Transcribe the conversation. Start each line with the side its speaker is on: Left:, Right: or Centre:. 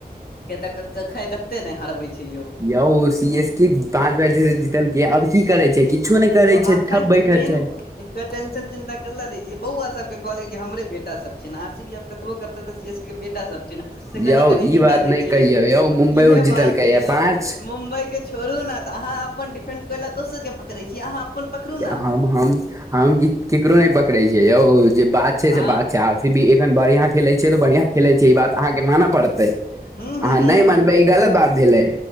Left: केते <unintelligible> कते ने हारबे छै यौ
Right: यौ सी एस के पांच बेर जीतलके अब की करे छै कि कुछो नहि करै
Left: यौ
Right: छै
Left: अखन
Right: ठप
Left: तऽ
Right: बैठल
Left: मेन
Right: छै
Left: के टेंशन चिंता करले रहय छिय बौआ सब के कहल कि हमरे बेटा सब आर सी बी आब कतबो करते सी एस के बेटा सब छै ने से
Right: यौ
Left: कनि कनि
Right: ई
Left: जीते
Right: बात
Left: दै
Right: नहि
Left: छै
Right: कहियौ यौ मुम्बइयो
Left: इहे
Right: जीतलकै
Left: बात छै
Right: या
Left: यौ
Right: पाँच
Left: मुम्बइ के छोड़ू ने त अहाँ अपन डिफेंड कर ल दोसर के पकड़ छ छी अहाँ अपन पकड़ू ने
Right: हम-हम-हम केकरो नहि पकड़े छ यौ जे बात छै
Left: हँ
Right: से बात छै आर सीखबी बढ़िया खेलै छैै त बढ़िया खेलै छै ई बात अहाँके माने पड़तै अहाँ
Left: हूँ हूँ
Right: नहि
Left: हूँ
Right: मानबै
Left: हूँ
Right: ई गलत बात भेलै